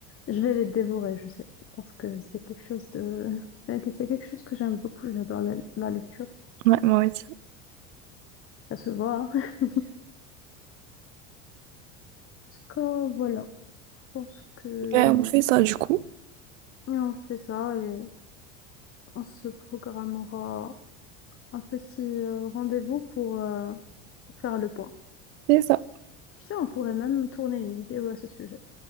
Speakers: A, on the left; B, on the right.
A: Je vais les dévorer, je sais, parce que c'est quelque chose de, <laughs> euh, que c'est quelque chose que j'aime beaucoup. J'adore la, la lecture,
B: Ouais, moi aussi.
A: ça se voit. <laughs> hein. En tout cas, voilà, je pense que
B: Bah, on fait ça du coup.
A: et on fait ça et on se programmera un petit euh, rendez-vous pour, euh, pour faire le point.
B: C'est ça.
A: Tu sais, on pourrait même tourner une vidéo à ce sujet